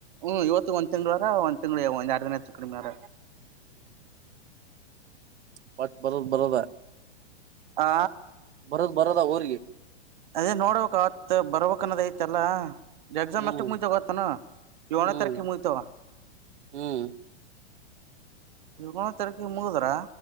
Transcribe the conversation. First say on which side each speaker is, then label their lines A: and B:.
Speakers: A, on the right; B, on the right.
A: ಹ್ಮ್ ಇವತ್ತು ಒಂದ್ ತಿಂಳಾರ ಒಂದ್ ತಿಂಗ್ಗಳು ಒಂದ್ ಎರಡ್ ದಿನ ಆತ್ತು ಕಡಿಮೆವಾರ
B: ಪಾಠ ಬರದ ಬರದ ಆ
A: ಆ
B: ಬರೋದು ಬರೋದ ಊರ್ರಿಗೆ
A: ಅದೇ ನೋಡ್ಬೇಕ ಆತ್ ಬರ್ಬೇಕಕ್ನ್ನೋದ ಐತಲ್ಲ ಎಕ್ಸಾಮ್
B: ಹ್ಮ್
A: ಎಷ್ಟಕ್ ಮುಗಿತಗತಾನ ಏನೇ
B: ಹ್ಮ್
A: ತಾರೀಕಕ್ ಮುಯತೋಗ
B: ಹ್ಮ್
A: ಇವಂದ್ ತರಕಿ ಮುಗುದರ